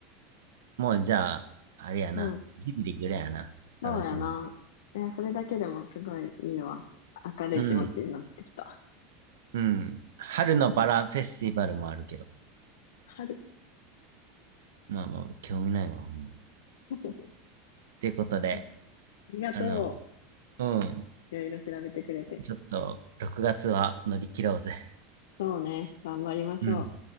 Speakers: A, on the right; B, on the left.
A: もうじゃあ、あれやな。
B: うん。
A: ジブリぐらいやな。
B: そうやな。
A: 楽しみ。
B: いや、それだけでもすごいいいわ。明るい気持ちになってきた。
A: うん。うん。春のバラフェスティバルもあるけど。
B: 春。
A: まあまあ、興味ないわ。ほんまっ
B: <laughs>
A: てことで、
B: うんありがと
A: あの、うん。
B: う。いろいろ調べてくれて。
A: ちょっと、6月は乗り切ろうぜ。
B: そうね。頑張りましょ
A: うん。